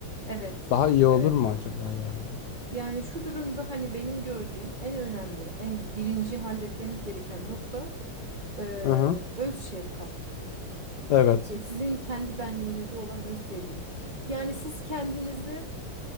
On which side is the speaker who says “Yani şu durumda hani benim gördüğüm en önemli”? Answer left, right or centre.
Right